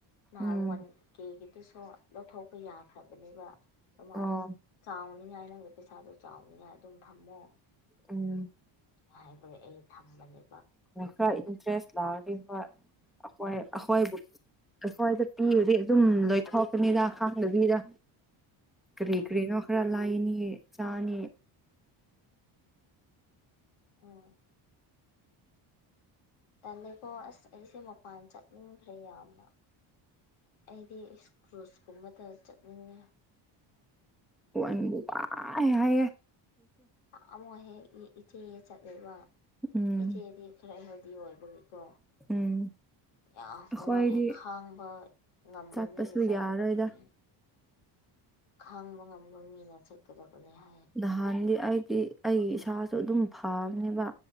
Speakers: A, on the left; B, in the centre.
A: ꯅꯍꯥꯟ
B: ꯎꯝ
A: ꯋꯥꯟ ꯀꯦꯒꯤꯗꯨꯁꯨ ꯂꯧꯊꯣꯛꯄ ꯌꯥꯈ꯭ꯔꯕꯅꯦꯕ ꯑꯗꯨꯃꯅ
B: ꯑꯣ
A: ꯆꯥꯎꯅꯤꯉꯥꯏ ꯅꯪꯒꯤ ꯄꯩꯁꯥꯗꯣ ꯆꯥꯎꯅꯤꯉꯥꯏ ꯑꯗꯨꯝ ꯊꯝꯃꯣ
B: ꯎꯝ
A: ꯈꯦ ꯑꯩ ꯊꯝꯕꯅꯦ
B: ꯈꯔ ꯏꯟꯇꯔꯦꯁ ꯂꯥꯛꯑꯂꯤ ꯑꯩꯈꯣꯏꯕꯨ ꯑꯩꯈꯣꯏꯗ ꯄꯤꯔꯗꯤ ꯑꯗꯨꯝ
A: ꯎꯝ
B: ꯂꯣꯏꯊꯣꯛꯀꯅꯤꯗ ꯈꯪꯗꯕꯤꯗ ꯀꯔꯤ
A: ꯍꯣꯏ
B: ꯀꯔꯤꯅ ꯑꯣꯈꯔ ꯂꯥꯏꯅꯤ ꯆꯥꯅꯤ
A: ꯑꯣ ꯇꯂꯀꯣ ꯑꯁ ꯑꯩꯁꯦ ꯃꯄꯥꯟ ꯆꯠꯅꯤꯡꯈ꯭ꯔꯦ ꯌꯥꯝꯅ ꯑꯩꯗꯤ ꯏꯁꯀ꯭ꯔꯨꯁꯀꯨꯝꯕꯗ ꯆꯠꯅꯤꯡꯉꯦ
B: ꯋꯥꯟꯌꯦ
A: ꯑꯃꯨꯛ ꯍꯦꯛ ꯏꯆꯦ ꯆꯠꯂꯕ
B: ꯎꯝ
A: ꯏꯆꯦꯗꯤ ꯈꯔ ꯍꯦꯜꯗꯤ ꯑꯣꯏꯕꯒꯤ ꯀ
B: ꯎꯝ
A: ꯌꯥꯝ
B: ꯑꯩꯈꯣꯏꯗꯤ
A: ꯅꯨꯡꯉꯥꯏꯍꯦ ꯈꯥꯡꯕ ꯉꯝꯕ
B: ꯆꯠꯄꯁꯨ
A: ꯃꯤꯅ ꯆꯠꯀꯗꯕꯅꯦ
B: ꯌꯥꯔꯣꯏꯗ
A: ꯈꯥꯡꯕ ꯉꯝꯕ ꯃꯤꯅ ꯆꯠꯀꯗꯕꯅꯤ ꯍꯥꯏ
B: ꯅꯍꯥꯟꯗꯤ ꯑꯩꯗꯤ ꯑꯩ ꯏꯁꯥꯁꯨ ꯑꯗꯨꯝ ꯐꯕꯅꯦꯕ